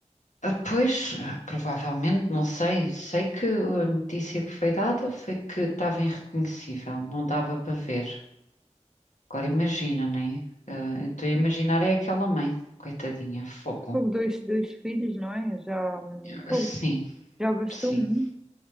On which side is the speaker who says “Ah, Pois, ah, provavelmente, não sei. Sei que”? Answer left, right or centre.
Left